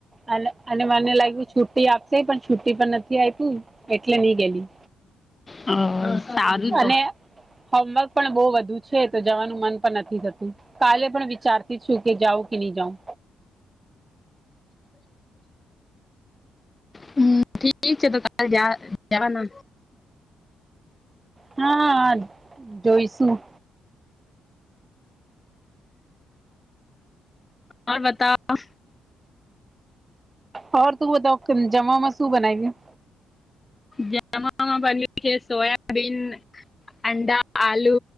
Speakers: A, on the right; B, on the left.
A: અને અને મને લાગ્યું છુટી આપશે પણ છુી પણ નથી આપ્યું એટલે નહી ગેલી
B: હ સારું તો.
A: અને હોમવર્ક પણ બહ વધુ છે તો જવાનું મન પણ નથી થતું કાલે પણ વિચાર સુ કે જાઓ કે નઈ જાઓ
B: હમ્મ ઠીક છે તો કાલ જા જાવાના
A: હા જોઈશું
B: ઓર બતાવ
A: હ તું બતાવ જામમાં શું બનાઈ
B: જમામા બન્યું છે સોયાબીન અંડા આલુ